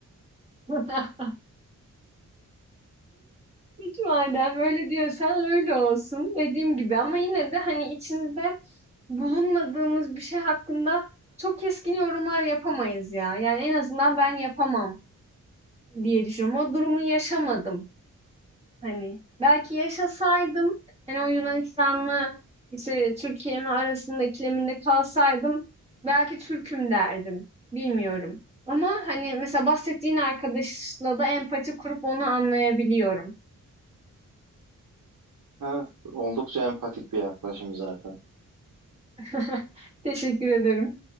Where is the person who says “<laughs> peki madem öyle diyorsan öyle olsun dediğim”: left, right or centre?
Right